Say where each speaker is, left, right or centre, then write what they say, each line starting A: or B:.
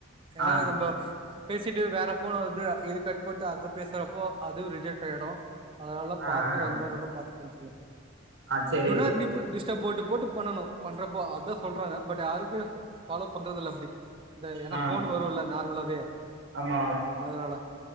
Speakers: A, on the right; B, on the right.
A: ஏன்னா
B: ஆ
A: நம்போ பேசிட்டு வேற ஃபோன் வருது இத கட் பண்ணிட்டு அது பேசுற அதுவு ரிஜெக்ட் ஆயிடு அதனால
B: ஆ
A: பாத்து
B: ஆ
A: அந்த மாதிரி எல்லா பாத்து பண்ண சொல்லுங்க
B: ஆ செரி
A: டு நாட்
B: ப்ரோ
A: டிப்பு டிஸ்டர்ப் போட்டு போட்டு பண்ணணு பண்றப்ப அதா சொல்றாங்க பட் யாரும் இது ஃபாலோ பண்றது இல்ல அப்டி இந்த ஏன்னா
B: ஆ
A: ஃபோன் வருல்ல நார்மலாவே
B: ஆமா
A: அதனால